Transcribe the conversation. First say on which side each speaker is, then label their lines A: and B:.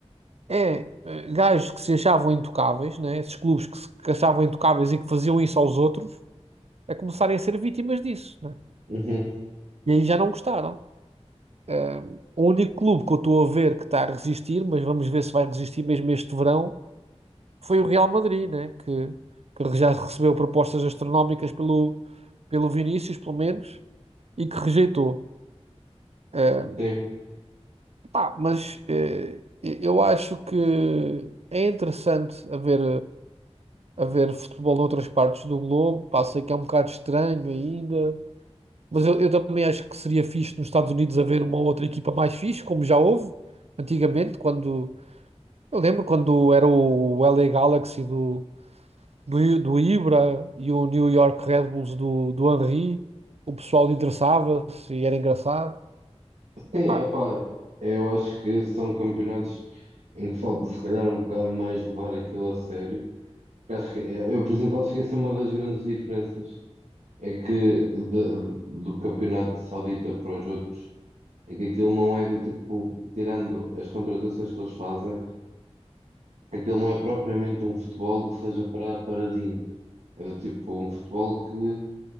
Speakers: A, on the right; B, on the right.
A: É, eh, gajos que se achavam intocáveis, né? Esses clubes que se que achavam intocáveis e que faziam isso aos outros, a começarem a ser vítimas disso, né?
B: uhum.
A: E aí já não gostaram. Eh, o único clube que eu estou a ver que está a resistir, mas vamos ver se vai resistir mesmo este verão, foi o Real Madrid, né? Que, que já recebeu propostas astronómicas pelo, pelo Vinícius, pelo menos, e que rejeitou. Eh,
B: Sim,
A: Pá, mas eh, eu acho que é interessante haver, haver futebol noutras partes do globo. Pá, sei que é um bocado estranho ainda, mas eu, eu também acho que seria fixe nos Estados Unidos haver uma outra equipa mais fixe, como já houve antigamente, quando eu lembro quando era o LA Galaxy do, do, I- do Ibra e o New York Red Bulls do, do Henry, o pessoal interessava-se e era engraçado. Epá,
B: sim, opá, eu acho que são campeonatos em que falta se calhar um bocado mais levar aquilo a sério. Porque Acho que, eu, por exemplo, acho que essa é uma das grandes diferenças É que de- do campeonato saudita para os outros, é que aquilo não é do tipo, tirando as contratações que eles fazem, aquilo não é propriamente um futebol que seja parado paradinho. É do tipo um futebol que,